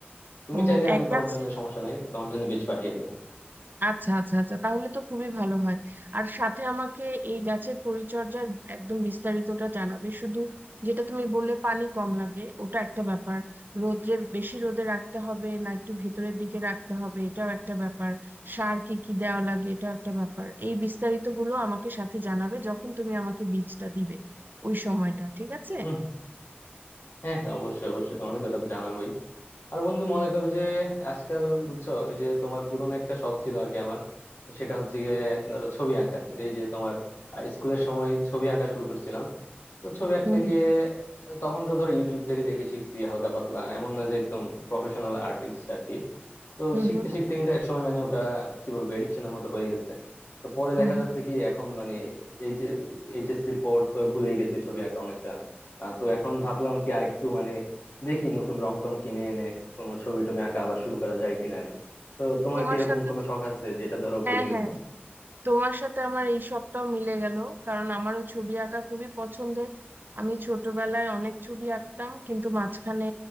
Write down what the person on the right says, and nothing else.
ও
এক
গাছে
আচ্ছা আচ্ছা আচ্ছা তাহলে তো খুবই ভালো হয় আর সাথে আমাকে এই গাছের পরিচর্যার একদম বিস্তারিতটা জানাবে শুধু যেটা তুমি বললে পানি কম লাগে ওটা একটা ব্যাপার রোদ্রে বেশি রোদে রাখতে হবে না একটু ভিতরের দিকে রাখতে হবে এটাও একটা ব্যাপার সার কি কি দেওয়া লাগে এটাও একটা ব্যাপার এই বিস্তারিতগুলো আমাকে সাথে জানাবে যখন তুমি আমাকে বীজটা দিবে ওই সময়টা ঠিক আছে
হুম
হুম
হুম
হুম
হুম।
তোমার
সাথে
তো-
হ্যাঁ
হ্যাঁ তোমার সাথে আমার এই সবটাও মিলে গেল কারণ আমারও ছবি আঁকা খুবই পছন্দের আমি ছোটবেলায় অনেক ছবি আঁকতাম কিন্তু মাঝখানে